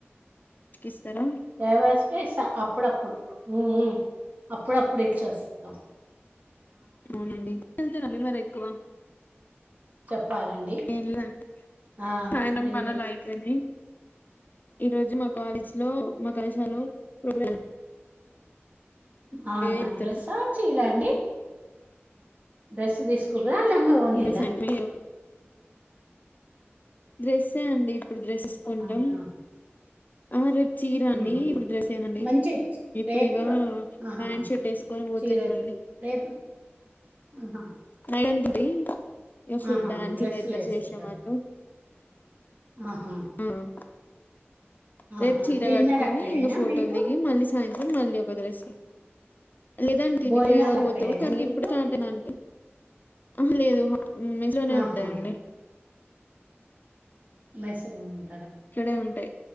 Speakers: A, on the left (about 40°); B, on the right (about 35°).
A: కిస్తం.
B: లేవస్తే ఇస్తా అప్పుడప్పుడు మ్ మ్ అప్పుడప్పుడు ఇచ్చోస్తా
A: అవునండి ఎటెల్తారండి మరీ ఎక్కువ
B: చెప్పారండి
A: ఏం లేదండి
B: ఆ
A: సాయంత్రం
B: మీదే
A: పనులు అయిపోయినాయి ఈ రోజు మా కాలేజ్ లో మా కళాశాలో ప్రోగ
B: అవునా
A: వెళ్తున్నాం
B: డ్రెస్ ఆ చీరా అండి డ్రెస్ తీసుకు. డ్రా లంగాఓనిలా.
A: ఇంకా సాయంత్రం ఏదో డ్రెస్సే అండి ఇప్పుడు డ్రెస్సెస్ కొంటాం.
B: అవునా
A: ఆహ్ మరి. చీర అండి
B: ఉహు
A: ఇప్పుడు డ్రెస్సెనండీ
B: మంచి
A: ఇప్పుడిక
B: రేపు ర ఆహా
A: ప్యాంట్ షర్ట్ వేసుకొని పోతున్నాండి.
B: చీరలు రేపు. ఆహా
A: నైత్ డే ఇగ ఫుల్
B: ఆహా
A: డాన్సులు
B: డ్రెస్సులు
A: ఎత్తారు
B: వేసుకుంటారు
A: చేసేవాళ్ళు.
B: ఆహా
A: ఆహ్. రేపు
B: ఆహా
A: చీర
B: డిన్నర్
A: కట్టుకొని
B: అక్కడేనా
A: ఇంగా ఫోటోలు
B: మీకు
A: దిగి మళ్ళీ సాయంత్రం మళ్ళీ ఒక డ్రెస్. లేదు అండి తిని
B: భోజనాలు
A: పోయేవాళ్ళు
B: అక్కడేనా
A: పోతారు కానీ
B: మీకు
A: ఇప్పుడు స్టార్ట్ ఐన అంటే ఆహ లేదు. ఉమ్ మేస్లోనే
B: ఆహా
A: ఉంటాయండి.
B: మెస్ లోనే.
A: ఇక్కడే ఉంటాయి